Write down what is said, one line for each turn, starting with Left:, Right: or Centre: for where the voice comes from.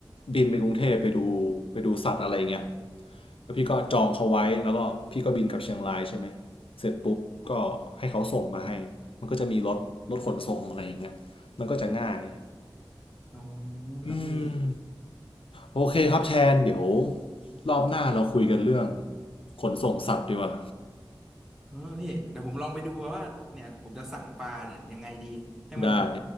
Left: บินไปกรุงเทพไปดูไปดูสัตว์อะไรเงี้ยแล้วพี่ก็จองเขาไว้แล้วก็พี่ก็บินกลับเชียงรายใช่ไหมเสร็จปุ๊บก็ให้เขาส่งมาให้มันก็จะมีรถรถขนส่งอะไรอย่างเงี้ยมันก็จะง่าย
Centre: อ๋อครับพี่
Left: อืมโอเคครับแทนเดี๋ยวรอบหน้าเราคุยกันเรื่องขนส่งสัตว์ดีกว่า
Centre: เออพี่เดี๋ยวผมลองไปดูว่าเนี่ยผมจะสั่งปลาเนี่ยยังไงดีให้มันแบบ
Left: ได้